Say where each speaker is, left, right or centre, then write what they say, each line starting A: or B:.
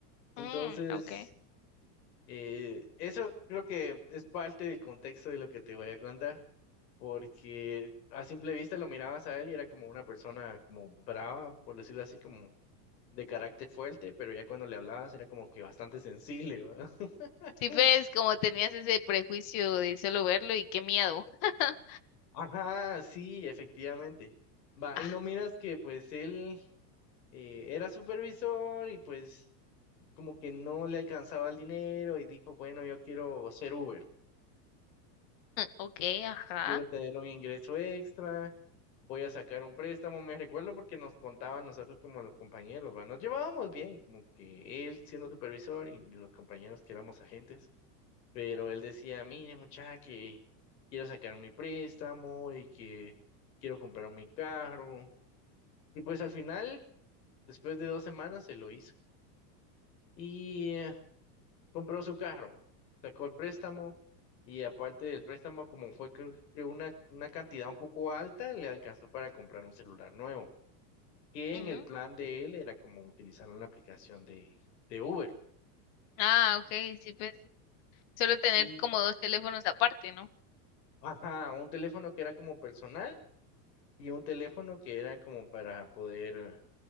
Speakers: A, on the left; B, on the left.
A: Entonces,
B: Mm, okay.
A: eh, eso creo que es parte del contexto de lo que te voy a contar porque a simple vista lo mirabas a él y era como una persona como brava, por decirlo así, como de carácter fuerte, pero ya cuando le hablabas era como que bastante sensible, ¿verdad? <laughs>
B: Sí, ves, como tenías ese prejuicio de solo verlo y qué miedo. <laughs>
A: Ajá, sí, efectivamente. Va,
B: Ah,
A: y no miras que pues él eh, era supervisor y pues como que no le alcanzaba el dinero y dijo, bueno, yo quiero ser Uber.
B: okay, ajá.
A: quiero tener un ingreso extra, voy a sacar un préstamo, me recuerdo porque nos contaban nosotros como los compañeros, ¿va? Nos llevábamos bien, como que él siendo supervisor y los compañeros que éramos agentes, pero él decía, mire muchacha, que quiero sacar mi préstamo y que quiero comprar mi carro. Y pues al final, después de dos semanas, se lo hizo. Y compró su carro, sacó el préstamo y aparte del préstamo, como fue creo que una, una cantidad un poco alta, le alcanzó para comprar un celular nuevo, que
B: Mm.
A: en el plan de él era como utilizar una aplicación de, de Uber.
B: Ah, okay, sí, pues solo tener
A: Y,
B: como dos teléfonos aparte, ¿no?
A: ajá, un teléfono que era como personal y un teléfono que era como para poder